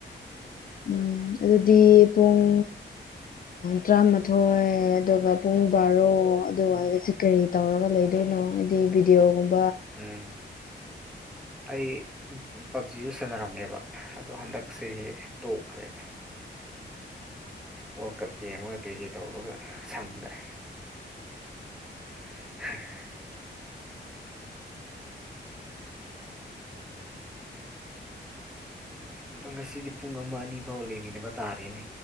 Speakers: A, on the left; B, in the centre.
A: ꯎꯝ ꯑꯗꯨꯗꯤ ꯄꯨꯡ ꯇꯔꯥꯃꯥꯊꯣꯏ ꯑꯗꯨꯒ ꯄꯨꯡ ꯕꯥꯔꯣ ꯑꯗꯨꯋꯥꯏꯗ ꯀꯔꯤ ꯇꯧꯔꯒ ꯂꯩꯗꯣꯏꯅꯣ ꯍꯥꯏꯗꯤ ꯚꯗꯤꯑꯣꯒꯨꯝꯕ
B: ꯎꯝ ꯑꯩ ꯄꯞꯖꯤꯁꯨ ꯁꯥꯟꯅꯔꯝꯃꯦꯕ ꯑꯗꯣ ꯍꯟꯗꯛꯁꯦ ꯇꯣꯛꯈ꯭ꯔꯦꯗ꯫ ꯋꯥꯔꯜ ꯀꯞ ꯌꯦꯡꯉꯒ ꯀꯩ ꯀꯩ ꯇꯧꯔꯒ ꯁꯪꯗ꯭ꯔꯦ꯫ <unintelligible> ꯑꯗꯣ ꯉꯁꯤꯗꯤ ꯄꯨꯡ ꯑꯃ ꯑꯅꯤ ꯐꯥꯎ ꯂꯩꯃꯤꯟꯅꯕ ꯇꯥꯔꯦꯅꯦ꯫